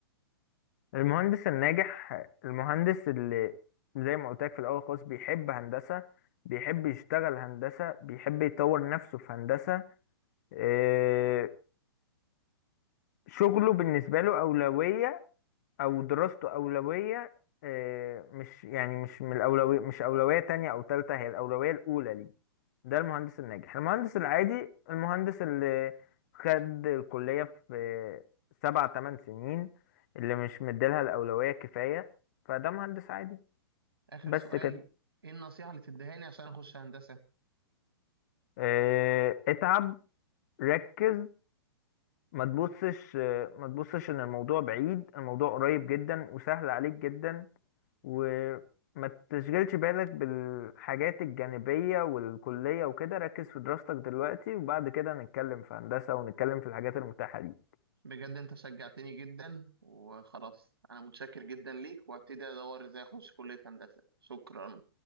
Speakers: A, on the left; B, on the right.
A: والمهندس الناجح المهندس اللي زي ما قلت لك في الاول خالص بيحب هندسة بيحب يشتغل هندسة بيحب يطور نفسه في هندسة آه، شغله بالنسبة له أولوية أو دراسته أولوية آه، مش يعني مش من الأولوية مش أولوية تانية أو تالتة هي الأولوية الأولى ليه ده المهندس الناجح المهندس العادي المهندس اللي خد الكلية في سبع تمن سنين اللي مش مديلها الأولوية كفاية فده مهندس عادي
B: اخر
A: بس
B: سؤال
A: كده
B: ايه النصيحة اللي تديها لي عشان اخش هندسة
A: آه، اتعب ركز ما تبصش آه، ما تبصش ان الموضوع بعيد الموضوع قريب جدا وسهل عليك جدا وما تشغلش بالك بالحاجات الجانبية والكلية وكده ركز في دراستك دلوقتي وبعد كده نتكلم في هندسة ونتكلم في الحاجات المتاحة دي
B: بجد انت شجعتني جدا وخلاص انا متشكر جدا ليك وهبتدي ادور ازاي اخش كلية هندسة شكرا